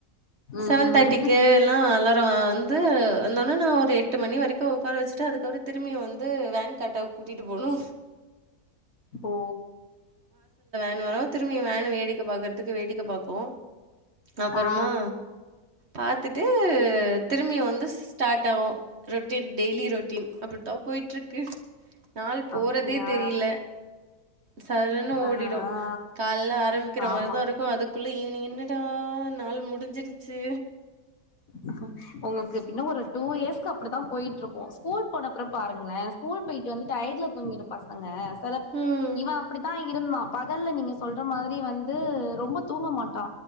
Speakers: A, on the left; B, on the right.
A: ம்
B: சவன் தேட்டிக்குலா அலா றோ வந்து வந்தோ ன்ன நா ஒரு எட்டு மணி வரைக்கு உக்கார வச்சுட்டு அதுக்கவற திரும்பியு வந்து து வேன் கட்டா கூட்டிட்டு போணோ
A: ஓ
B: னரவ திரும்பியு வேன வேடிக்க பாக்கற் துக்கு வேடிக்க பாப்போ அப்பறமா
A: ஆ
B: பாத்துட்டு திரும்பியு வந்து ஸ்டார்ட் ஆவோ ரோட்டின் டெய்லி ரோட்டின் அப்டித்தா போயிட்டுருக்கு நாள் போறதே
A: அப்டியா
B: தெரில சர்ன்னு
A: ஆ
B: ஓடிடோ
A: ஆ
B: கால்ல ஆரம்க்கிற
A: ஆமா
B: மாரிதா இருக்கோ அதுக்குள்ள ஈவினிங்ன்னு டடார் நாள் முடிஞ்சிஞ்ச்சு
A: அ ஆ உங்குள்க்கு இன்னு ஒரு டூ எர்ஸ்க்கு அப்புடித்தா போயிட்டுருக்கோ ஸ்கூல் போனப்பறம் பாருங்களே ஸ்கூல் போயிட்டு வந்து டயர்டுல தூங்கிடோ பசங்க சல
B: ம்
A: இவ அப்பிடித்தா இருந்தா பகல்ல நீங்க சொல்ற மாரி வந்து ரொம்ப தூங்க மாட்டா